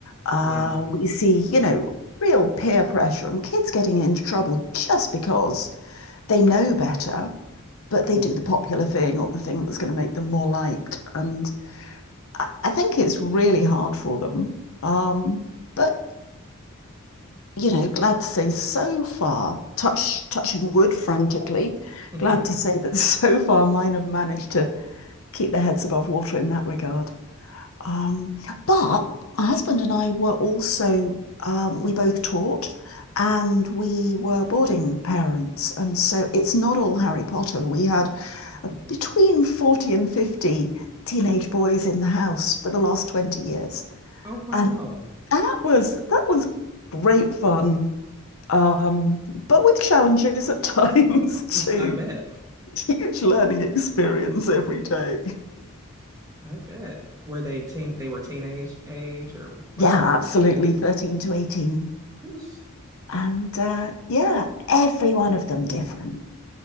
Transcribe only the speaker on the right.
Yeah.
hmm
<laughs>
<laughs>
Oh wow.
<laughs> I bet.
I bet. Were they teen they were teenage age or
what?
Yeah.
Who's